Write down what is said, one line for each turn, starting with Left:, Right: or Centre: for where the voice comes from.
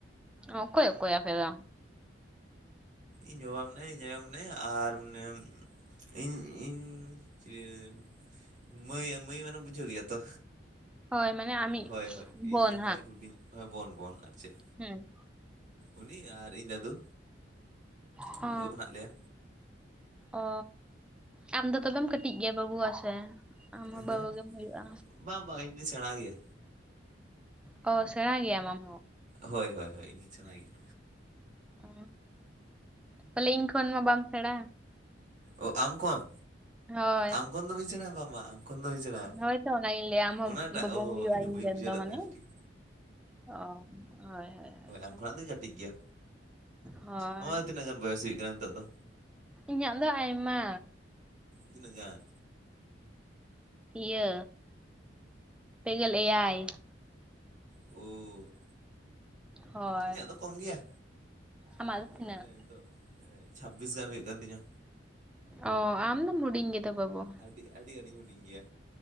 Centre: ᱚ ᱠᱚᱭ ᱠᱚᱭ ᱯᱷᱮ ᱫᱚ
Right: ᱤᱧ ᱡᱚᱵᱟ ᱢᱮᱱᱟ ᱤᱧᱟᱭ ᱢᱮᱱᱟᱭ ᱟᱨ ᱢᱟᱱᱮ -ᱤᱧ ᱤᱧ ᱪ <inaudible> ᱢᱟᱹᱭ ᱢᱟᱹᱭ ᱢᱟᱱᱮᱢ ᱵᱩᱡᱷᱟᱹᱣ ᱜᱮᱭᱟ ᱛᱚ
Centre: ᱦᱳᱭ ᱢᱟᱱᱮ ᱟᱢᱤᱡ
Right: ᱦᱳᱭ ᱦᱳᱭ ᱤᱧ
Centre: ᱵᱳᱱ
Right: ᱦᱳᱭ ᱦᱩᱰᱤᱧ ᱵᱳᱱ ᱵᱳᱱ ᱟᱨ ᱪᱮᱫ
Centre: ᱦᱮᱸ
Right: ᱩᱱᱤ ᱟᱨ ᱤᱧ ᱫᱟᱫᱩ
Centre: ᱦᱸᱚ
Right: ᱩᱱᱠᱩ ᱜᱮ ᱢᱮᱱᱟᱜ ᱞᱮᱭᱟ
Centre: ᱚ᱾ ᱟᱢ ᱫᱚ ᱛᱚᱵᱮᱢ ᱠᱟᱹᱴᱤᱡ ᱜᱮᱭᱟ ᱵᱟᱹᱵᱩ ᱣᱟ ᱥᱮ ᱟᱢ
Right: ᱦᱮᱸ
Centre: ᱦᱚᱸ ᱵᱟᱹᱵᱩ ᱜᱮᱢ ᱦᱩᱭᱩᱜᱼᱟ᱾
Right: ᱵᱟᱝ ᱵᱟᱝ ᱤᱧᱩᱧ ᱥᱮᱬᱟ ᱜᱮᱭᱟ
Centre: ᱚ ᱥᱮᱬᱟ ᱜᱮᱭᱟᱢ ᱦᱚᱸ
Right: ᱦᱳᱭ ᱦᱳᱭ ᱦᱳᱭ ᱤᱧ ᱥᱮᱬᱟᱭ ᱜᱮᱭᱟ
Centre: ᱚ ᱵᱚᱞᱮ ᱤᱧ ᱠᱷᱚᱱ ᱢᱟ ᱵᱟᱢ ᱥᱮᱬᱟ ᱟ᱾
Right: ᱚ ᱟᱢ ᱠᱷᱚᱱ
Centre: ᱦᱳᱭ
Right: ᱟᱢ ᱠᱷᱚᱱ ᱫᱚ ᱵᱟᱹᱧ ᱥᱮᱬᱟ ᱵᱟᱝ ᱛᱚᱠᱷᱚᱱ <inaudible> ᱫᱚ ᱦᱩᱭᱧ <inaudible> ᱪᱟᱞᱟᱜᱼᱟ
Centre: ᱦᱳᱭᱛᱚ ᱚᱱᱟᱜᱤᱧ ᱞᱟᱹᱭᱟ ᱟᱢᱦᱚᱸ
Right: ᱚᱱᱟᱴᱟᱜ
Centre: ᱵᱟᱹᱵᱩᱢ
Right: ᱚ
Centre: ᱦᱩᱭᱩᱜᱼᱟ
Right: ᱤᱧ ᱫᱚ ᱵᱟᱹᱧ
Centre: ᱨᱮᱱ
Right: ᱵᱩᱡᱷᱟᱹᱣ ᱞᱮᱫ
Centre: ᱢᱟᱱᱮ
Right: ᱛᱟᱦᱮᱸᱫ ᱴᱤᱠ
Centre: ᱚ ᱦᱳᱭ
Right: ᱟᱢ
Centre: ᱦᱳᱭ
Right: ᱠᱷᱚᱱᱟᱜ ᱫᱚᱧ ᱠᱟᱹᱴᱤᱡ ᱜᱮᱭᱟ᱾
Centre: ᱦᱳᱭ
Right: ᱟᱢᱟᱜ ᱫᱚ ᱛᱤᱱᱟᱹᱜ ᱜᱟᱱ ᱵᱚᱭᱮᱥ ᱦᱩᱭᱩᱜ ᱠᱟᱱᱟ ᱱᱤᱛᱚᱜ ᱫᱚ
Centre: ᱤᱧᱟᱹᱜ ᱫᱚ ᱟᱭᱢᱟ
Right: ᱛᱤᱱᱟᱹᱜ ᱜᱟᱱ
Centre: ᱤᱭᱟᱹ ᱯᱮᱜᱮᱞ ᱮᱭᱟᱭ᱾
Right: ᱳ
Centre: ᱦᱳᱭ
Right: ᱤᱧᱟᱹᱜ ᱫᱚ ᱠᱚᱢ ᱜᱮᱭᱟ
Centre: ᱟᱢᱟᱜ
Right: ᱤᱧᱟᱹᱜ ᱫᱚ
Centre: ᱛᱤᱱᱟᱹᱜ?
Right: ᱱᱚᱜ ᱚᱜ ᱱᱤᱛᱚᱜ ᱪᱷᱟᱵᱵᱤᱥ ᱜᱟᱱ ᱦᱩᱭᱩᱜ ᱠᱟᱱ ᱛᱤᱧᱟᱹ᱾
Centre: ᱚ ᱟᱢᱫᱚᱢ ᱦᱩᱰᱤᱧ ᱜᱮᱫᱚ ᱵᱟᱹᱵᱩ
Right: ᱟᱹᱰᱤ ᱟᱹᱰᱤ ᱜᱟᱱᱤᱧ ᱦᱩᱰᱤᱧ ᱜᱮᱭᱟ᱾